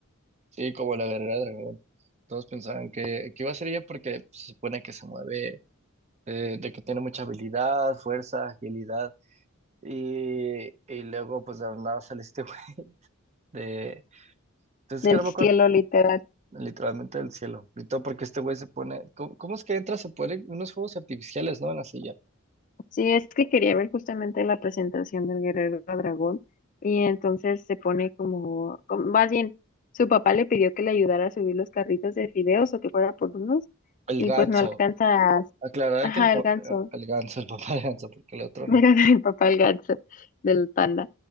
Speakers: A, on the right; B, on the left.
A: Sí, como la guerrera dragón. Todos pensaban que, que iba a ser ella porque pues, se supone que se mueve eh, de que tiene mucha habilidad, fuerza, agilidad. Y, y luego, pues de la nada sale este güey de. Entonces,
B: del
A: que no
B: cielo
A: me acuerdo
B: literal.
A: literalmente del cielo. Y todo porque este güey se pone. ¿Cómo, cómo es que entra? Se pone unos fuegos artificiales, ¿no? En la silla.
B: Sí, es que quería ver justamente la presentación del Guerrero Dragón y entonces se pone como, como- más bien, su papá le pidió que le ayudara a subir los carritos de fideos o que fuera por unos
A: El
B: y
A: ganso.
B: pues no alcanza, a-
A: Aclarar
B: ajá,
A: que el papá.
B: el ganso,
A: El ganso, el papá de ganso, porque
B: <laughs>
A: el otro
B: mira,
A: no.
B: mi papá el ganso del panda.